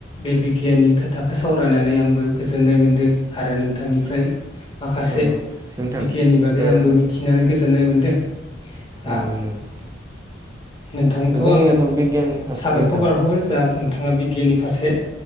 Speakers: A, on the left; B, on the right.
A: बे बिगियाननि खोथाखो सावरायनानै आंबो गोजोननाय मोनदो नोंथांनिफ्राय माखासे
B: नंगौ नोंथां
A: बिगियाननि बागै
B: ओ
A: आंबो मिथिनानै गोजोननाय मोन्दो। दा
B: नंगौ नंगौ
A: नोंथांखौ
B: जोंनियाथ'
A: आङो
B: बिगियाननि फारसे
A: साबायखर
B: नोंथां
A: बावहरो। जा नोंथाङा बिगियाननि फारसे